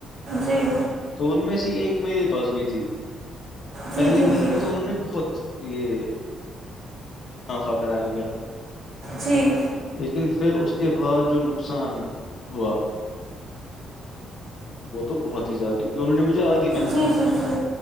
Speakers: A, on the right (about 75°); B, on the left (about 55°).
A: جی
B: تو ان میں سے ایک میرے پاس بھی تھی
A: جی
B: پہلے
A: جی
B: مہینے
A: جی
B: تو انہوں نے بہت یہ منافع کرایا میرا
A: جی
B: لیکن پھر اس کے بعد جو نقصان ہوا وہ تو بہت ہی زیادہ کیونکہوں نےجھے آج
A: جی جی جی